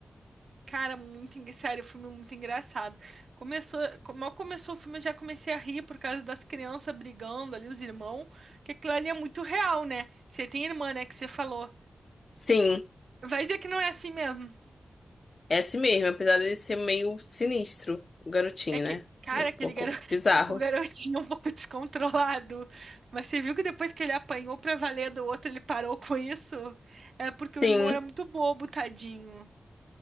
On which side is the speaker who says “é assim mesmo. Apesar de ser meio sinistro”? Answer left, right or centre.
Left